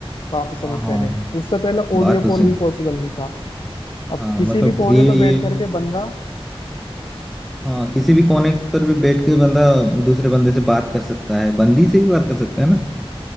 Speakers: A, on the left; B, in the centre.
A: काफी समय
B: हाँ हाँ
A: पहले उससे पहले
B: बात
A: ऑडियो
B: तो
A: कॉल
B: सही
A: भी पॉसिबल नहीं था अब
B: हाँ
A: किसी
B: मतलब
A: भी कोने
B: ये
A: पर
B: ये
A: बैठ करके बंदा
B: हाँ किसी भी कोने पर भी बैठ के बंदा दूसरे बंदे से बात कर सकता है बंदी से भी बात कर सकता है ना